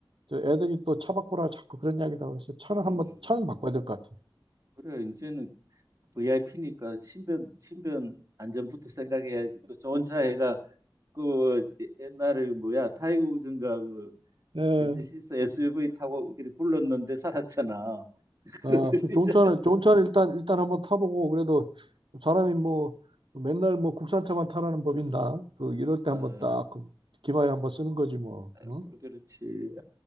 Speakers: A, on the right; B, on the right.
A: 애들이 또 차 바꾸라 자꾸 그런 이야기다 그래서 차를
B: 음,
A: 한번 차는 바꿔야 될 것 같아.
B: 그래. 이제는 VIP니까 신변 신변 안전부터 생각해야지. 또 좋은 차 해가 그 예- 옛날에 뭐야 타이거 우즈인가 그
A: 예,
B: 제네시스 SUV 타고 이렇게 굴렀는데 살았잖아. <laughs>
A: 어,
B: 그러듯이
A: 그 좋은
B: 이제
A: 차를 좋은 차를 일단 일단 한번 타보고 그래도 사람이 뭐 맨날 뭐 국산차만 타라는 법인다그 이럴 때
B: 아
A: 한번 딱그 기마에 한번 쓰는 거지 뭐. 응?
B: 뭐 그렇지.